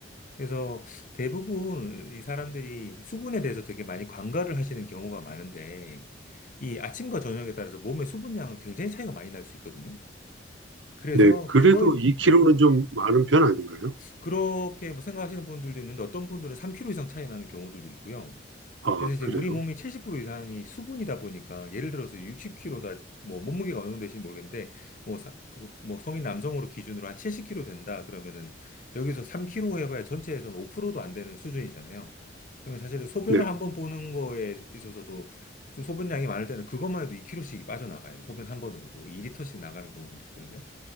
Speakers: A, on the left; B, on the right.
A: 그래서 대부분 이 사람들이 수분에 대해서 되게 많이 관가를 하시는 경우가 많은데 이 아침과 저녁에 따라서 몸의 수분량은 굉장히 차이가 많이 날 수 있거든요. 그래서
B: 네. 그래도
A: 그거에
B: 2kg는
A: 네.
B: 좀 많은 편 아닌가요?
A: 그렇게 뭐 생각하시는 분들도 있는데 어떤 분들은 3kg 이상 차이 나는 경우들도 있고요.
B: 아,
A: 그래서 이제
B: 그래요.
A: 우리 몸이 70% 이상이 수분이다 보니까 예를 들어서 60kg다 뭐 몸무게가 어느 정도 되는지 모르겠는데 뭐, 사- 그- 뭐 성인 남성으로 기준으로 한 70kg 된다 그러면은 여기서 3kg 해봐야 전체에서는 5%도 안 되는 수준이잖아요. 그러면 사실은 소변을
B: 네,
A: 한번 보는 거에 있어서도 좀 소변량이 많을 때는 그것만 해도 2kg씩 빠져나가요. 소변 한 번으로도 2리터씩 나가는 경우도 있거든요.